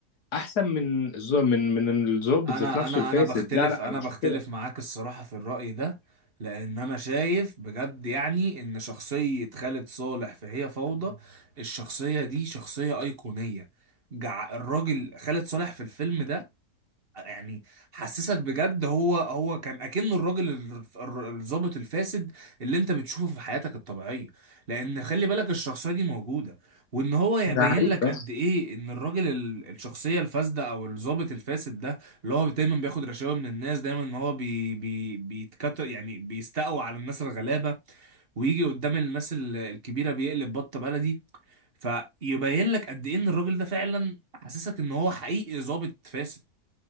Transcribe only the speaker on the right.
انا
انا
انا بختلف
انا
بختلف
معاك الصراحة في الرأي ده لان انا شايف بجد يعني ان شخصية خالد صالح في هي فوضى الشخصية دي شخصية ايقونية جع الراجل خالد صالح في الفيلم ده يعني حسسك بجد هو هو كان اكنه الراجل ال- الر- الضابط الفاسد اللي انت بتشوفه في حياتك الطبيعيه لان خلي بالك الشخصيه دي موجوده وان هو يبين
لك قد ايه ان الراجل ال- الشخصيه الفاسده او الضابط الفاسد ده اللي هو دايما بياخد رشاوى من الناس دايما ان هو بي بي بيتكتر يعني بيستقوى على الناس الغلابه ويجي قدام الناس ال- الكبيره بيقلب بطه بلدي فيبين لك قد ايه ان الراجل ده فعلا حاسسك ان هو حقيقي ضابط فاسد